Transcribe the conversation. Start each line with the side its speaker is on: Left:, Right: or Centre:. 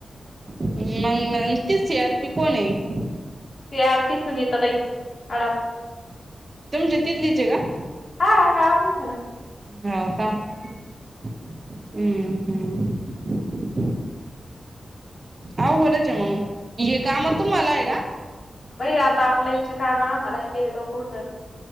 Right: मग ते सी आर पी कोण आहे.
Left: तर पी सुनीताातई अडव
Right: तुम जती लिजे ग.
Left: हां गावावातली स
Right: हा का हम्म हम्म. अवघडच आहे. मग ये काम तुम्हाला आहे. का?
Left: बई आता ऑनलाईच कामं मलाय ते डोकं